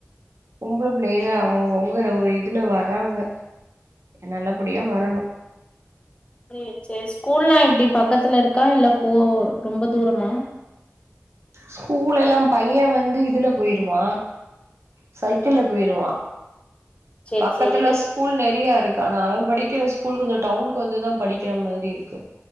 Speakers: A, on the right; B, on the left.
A: பொம்பள பிள்ளைங்க அவங்கவுங்க ஒரு இதுல வர்றாங்க எ நல்லபடியா வரணும்
B: ம் சேரி ஸ்கூல்லா எப்டி பக்கத்துல இருக்கா இல்ல போ ரொம்ப தூரமா
A: ஸ்கூல் எல்லா பையன் வந்து இதுல போயிருவா சைக்கிள்ல போயிருவா
B: சேரி
A: பக்கத்துல
B: சேரி
A: ஸ்கூல் நெறையா இருக்கு ஆனா அவன் படிக்கிற ஸ்கூல் கொஞ்சோ டவுனுக்கு வந்துதா படிக்கிற மாறி இருக்கு